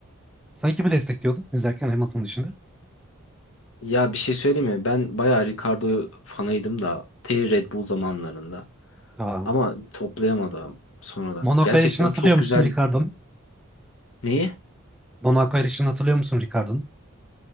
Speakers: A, in the centre; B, on the left.
A: Sanki bir destekliyordun izlerken Hamilton dışında.
B: Ya bir şey söyleyeyim mi? Ben bayağı Ricardo fanıydım da T Red Bull zamanlarında.
A: Aa,
B: Ama toplayamadım sonradan.
A: Monaco
B: Gerçekten
A: yarışını hatırlıyor
B: çok
A: musun
B: güzel
A: Ricardo?
B: neyi?
A: Monaco yarışını hatırlıyor musun Ricardo'nun?